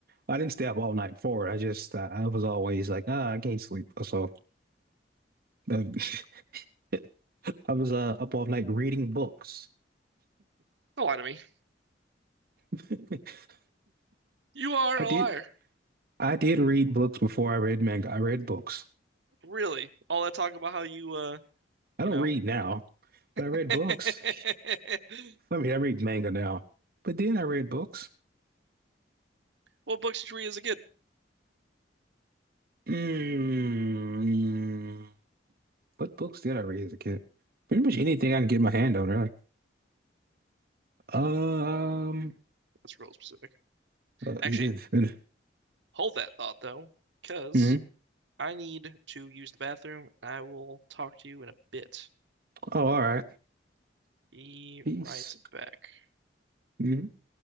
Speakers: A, on the right; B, on the right.
A: I didn't stay up all night for it. I just uh, I was always like, ah, I can't sleep. So uh, <laughs> I was uh, up all night reading books.
B: Don't lie to me.
A: <laughs>
B: You are
A: I
B: a
A: did
B: liar.
A: I did read books before I read manga. I read books.
B: Really? All that talk about how you, uh,
A: I
B: you
A: don't
B: know.
A: read now, but I read
B: <laughs>
A: books. I mean, I read manga now, but then I read books.
B: What books did you read as a kid?
A: Mm. What books did I read as a kid? Pretty much anything I can get my hand on. Really. um,
B: That's real specific.
A: uh,
B: Actually,
A: yeah, <laughs>
B: hold that thought though, because
A: hmm
B: I need to use the bathroom. I will talk to you in a bit.
A: Oh, all right.
B: Be
A: Peace.
B: right back.
A: Mm-hmm.